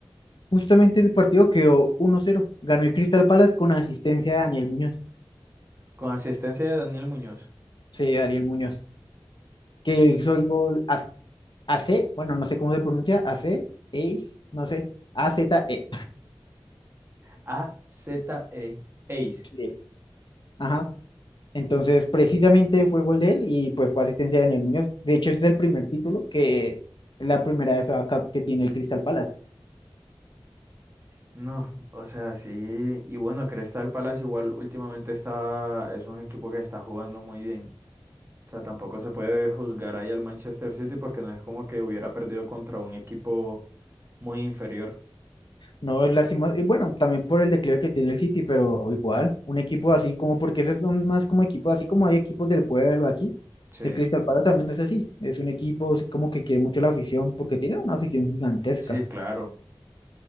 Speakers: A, on the left (about 65°); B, on the right (about 30°).
A: Justamente ese partido quedó uno cero ganó el Crystal Palace con asistencia de Daniel Muñoz,
B: Con asistencia de Daniel Muñoz.
A: sí, Daniel Muñoz, que hizo el gol a- AC, bueno, no sé cómo se pronuncia, AC, Ace, no sé, a z e
B: A-Z-E. Ace.
A: <laughs> Sí. Ajá. Entonces, precisamente fue gol de él y pues fue asistencia de Daniel Muñoz. De hecho, es el primer título que es la primera FA Cup que tiene el Crystal Palace.
B: No, o sea, sí. Y bueno, Crystal Palace igual últimamente está, es un equipo que está jugando muy bien. O sea, tampoco se puede juzgar ahí al Manchester City porque no es como que hubiera perdido contra un equipo muy inferior.
A: No, es lástima. Y bueno, también por el declive que tiene el City, pero igual, un equipo así como, porque ese es un- más como equipo, así como hay equipos del pueblo aquí,
B: Sí.
A: el Crystal Palace también es así. Es un equipo así como que quiere mucho la afición, porque tiene una afición gigantesca.
B: Sí, claro.